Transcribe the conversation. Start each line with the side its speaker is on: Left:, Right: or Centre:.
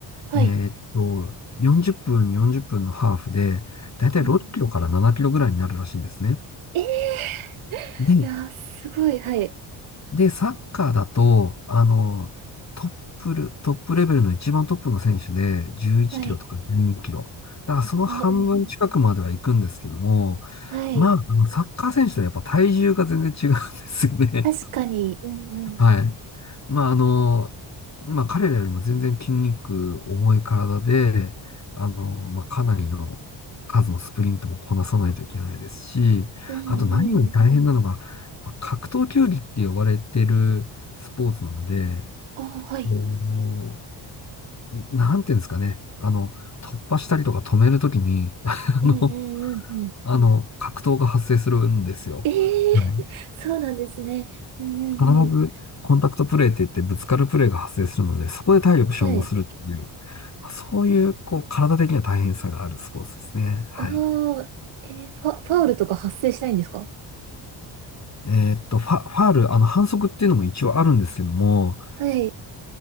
Right: はい。
Left: えーっと、40分、40分のハーフで、だいたい6キロから7キロぐらいになるらしいんですね。
Right: うん。ええ
Left: で、
Right: いやー、すごい。はい。
Left: で、サッカーだと、あの、トップル、トップレベルの一番トップの選手で11キロとか12キロ。
Right: はい。
Left: だからその半分近くまでは行くんですけども、
Right: あ、うんうん。はい。
Left: まあ、あのサッカー選手とやっぱ体重が全然違うんですよね。
Right: 確かに。うんうん。
Left: はい。まあ、あの、まあ、彼らよりも全然筋肉重い体で、あの、まあ、かなりの数のスプリントもこなさないといけないですし、
Right: うん
Left: あと何より大変なのが、
Right: うん。
Left: やっぱ格闘球技って呼ばれてるスポーツなので、
Right: あ、はい。
Left: こう、なんていうんですかね、あの、突破したりとか止めるときに、<laughs> あの、
Right: うんうんうんうん。
Left: あの、格闘が発生するんですよ。
Right: ええー
Left: はい
Right: <laughs> そうなんですね。うんうんうん。
Left: 必ずコンタクトプレーって言ってぶつかるプレーが発生するので、そこで体力消耗するっていう、
Right: はい。
Left: まあそういう、こう、体的な大変さがあるスポーツですね。はい。
Right: ああ、えー、ファ、ファウルとか発生しないんですか
Left: えーっと、ファ、ファール、あの、反則っていうのも一応あるんですけども、
Right: はい。